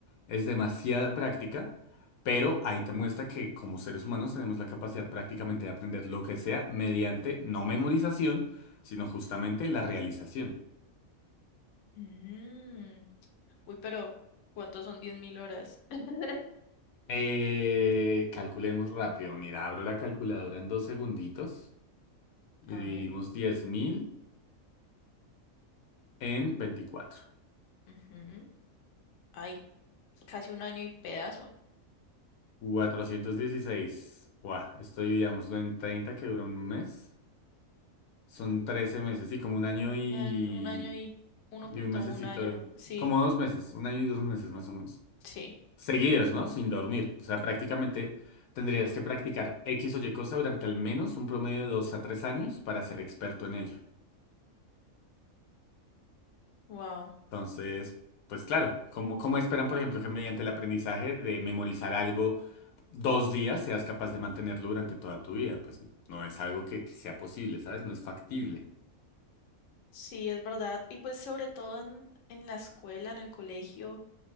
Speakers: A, on the left (about 85°); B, on the left (about 65°).
A: es demasiada práctica, pero ahí te muestra que como seres humanos tenemos la capacidad prácticamente de aprender lo que sea mediante no memorización, sino justamente la realización.
B: Mm, Uy, pero ¿cuántos son 10.000 horas? <laughs>
A: Eh, calculemos rápido. Mira, abro la calculadora en dos segunditos y
B: A
A: dividimos
B: ver,
A: 10.000 en veinticuatro.
B: ujú, Ay, casi un año y pedazo.
A: Cuatrocientos dieciséis. Buah, esto dividámoslo en treinta que dura un mes. Son 13 meses, sí, como un año
B: Un,
A: y,
B: an- un año y 1.1
A: y un mesecito.
B: año, sí,
A: Como dos meses, un año y dos meses más o menos.
B: sí,
A: Seguidos, ¿no? Sin dormir. O sea, prácticamente tendrías que practicar X o Y cosa durante al menos un promedio de dos a tres años para ser experto en ello.
B: wow.
A: Entonces, pues claro, ¿cómo, cómo esperan, por ejemplo, que mediante el aprendizaje de memorizar algo dos días seas capaz de mantenerlo durante toda tu vida? Pues no es algo que, que sea posible, ¿sabes? No es factible.
B: Sí, es verdad. Y pues sobre todo en, en la escuela, en el colegio.